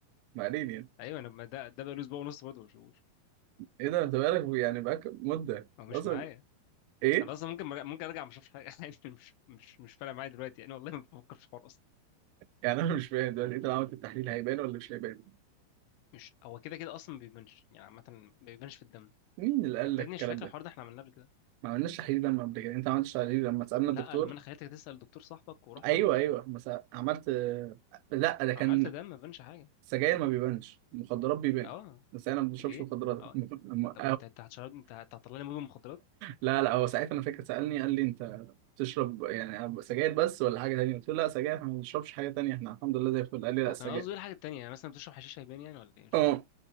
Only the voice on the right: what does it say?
ما علينا يعني
ايه ده انت بقالك يعني بقالك مدة
اصلا
ايه
يعني انا مش فاهم دلوقتي انت لو عملت التحليل هيبان ولا مش هيبان
مين اللي قال
لك
الكلام
ده
ما عملناش تحليل دم قبل كده انت ما عملتش تحليل لما سألنا
الدكتور
ايوه
ايوه ما سأ- عملت لا ده كان
السجاير ما بيبانش المخدرات بيبان
بس انا ما بشربش
مخدرات
<laughs> الم-
لا لا هو ساعتها انا فاكر سالني قال لي انت بتشرب يعني سجاير بس ولا حاجه تانية قلت له لا سجاير احنا ما بنشربش حاجه تانية احنا الحمد لله زي الفل قال لي لا
السجاير
اه